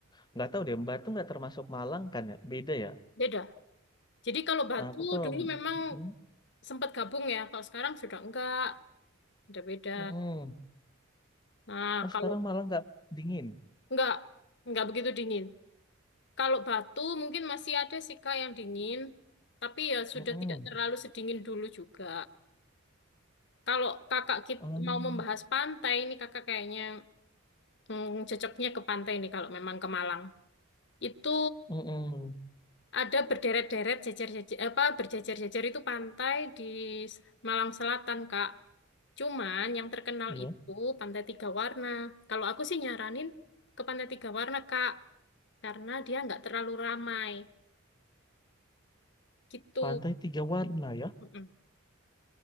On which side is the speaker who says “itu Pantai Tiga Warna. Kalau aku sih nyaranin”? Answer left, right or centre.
Left